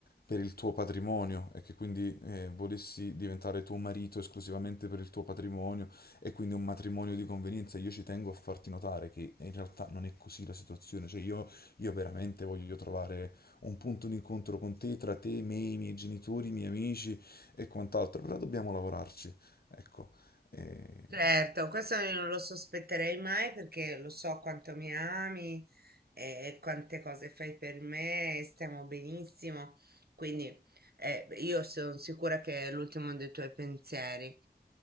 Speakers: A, on the left; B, on the right.
A: per il tuo patrimonio e che quindi eh, volessi diventare tuo marito esclusivamente per il tuo patrimonio e quindi un matrimonio di convenienza. Io ci tengo a farti notare che in realtà non è così la situazione, cioè io, io veramente voglio trovare un punto d'incontro con te, tra te, me, i miei genitori, i miei amici e quant'altro, però dobbiamo lavorarci, ecco. Eh,
B: certo, questo io non lo sospetterei mai perché lo so quanto mi ami eh, quante cose fai per me, stiamo benissimo. Quindi eh, io sono sicura che è l'ultimo dei tuoi pensieri.